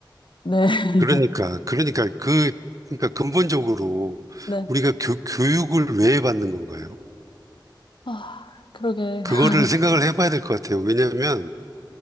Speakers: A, on the left; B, on the right.
A: 네, <laughs>
B: 그러니까, 그러니까 그, 그러니까 근본적으로
A: 네.
B: 우리가 교, 교육을 왜 받는 건가요?
A: 아, 그러게.
B: 그거를
A: <laughs>
B: 생각을 해봐야 될 것 같아요. 왜냐하면